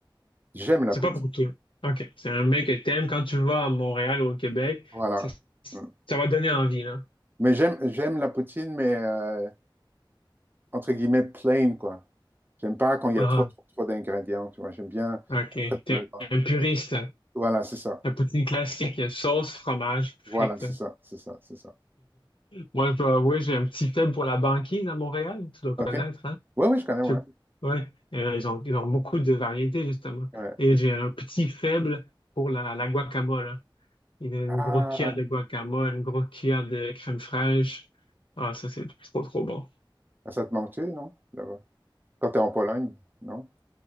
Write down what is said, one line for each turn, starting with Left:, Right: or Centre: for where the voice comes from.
Right: j'aime la
Left: C'est
Right: poutine.
Left: pas pour tout. OK, c'est un mec que t'aimes. Quand tu vas à Montréal ou au Québec,
Right: Voilà.
Left: ça,
Right: Mm.
Left: ça va donner envie, là.
Right: Mais j'aime, j'aime la poutine, mais euh, entre guillemets, plain, quoi. J'aime pas quand il
Left: Ah,
Right: y a trop, trop, trop d'ingrédients, tu vois. J'aime bien
Left: OK,
Right: être
Left: t'es
Right: dans le- dans
Left: un
Right: le-
Left: puriste.
Right: Voilà, c'est ça.
Left: La poutine classique, sauce, fromage, frites.
Right: Voilà, c'est
Left: <laughs>
Right: ça, c'est ça, c'est ça.
Left: Moi, je dois avouer, j'ai un petit faible pour la banquise à Montréal, tu dois connaître,
Right: OK?
Left: hein?
Right: Oui, oui, je connais, oui.
Left: Je- Ouais, Euh, ils ont, ils ont beaucoup de variétés, justement.
Right: ouais. ouais.
Left: Et j'ai un petit faible pour la, la guacamole. hein. Il y a une
Right: Ah,
Left: grosse cuillère de guacamole, une grosse cuillère de crème fraîche. Ah, ça, c'est trop, trop bon.
Right: ça te manque non? Là-bas. Quand t'es en Pologne, non?